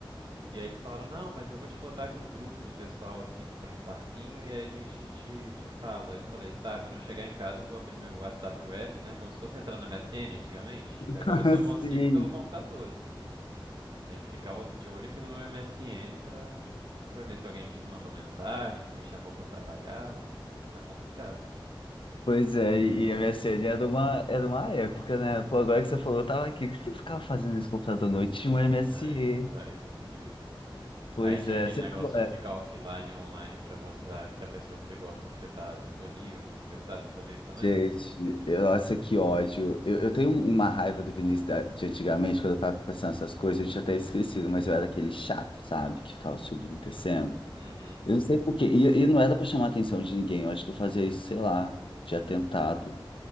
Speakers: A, on the right (about 60°); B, on the left (about 70°).
A: E aí eles falaram, não, mas eu vou te botar aqui no grupo do pessoal aqui que tem do parquinho e aí a gente te, te fala. Eu falei, tá, quando eu chegar em casa eu vou abrir meu WhatsApp web, né? Como se fosse entrar na MSN antigamente,
B: <laughs>
A: que agora eu só consigo
B: Sim.
A: pelo computador, assim. Tem que ficar ol- de olho aqui no meu MSN pra, pra ver se alguém me mandou mensagem, se me chamou pra trabalhar. Tá complicado.
B: Pois é, e a MSN era uma, era uma época, né? Pô, agora que você falou, eu tava aqui. O que que eu ficava fazendo nesse computador à noite? Tinha um MSN.
A: Aí, tá respondido.
B: Pois
A: Aí tinha
B: é,
A: aquele
B: você
A: negócio
B: pegou,
A: de
B: é.
A: ficar offline e online pra mostrar que a pessoa que você gosta que você tá disponível pra conversar, você fazia isso também?
B: Gente, eu- nossa, que ódio. Eu, eu tenho uma raiva do Vinícius da- de antigamente, quando eu tava pensando nessas coisas, eu tinha até esquecido, mas eu era aquele chato, sabe? Que ficava subindo e descendo.
A: Uhum.
B: Eu não sei por quê. E, e não era pra chamar a atenção de ninguém. Eu acho que eu fazia isso, sei lá, de atentado.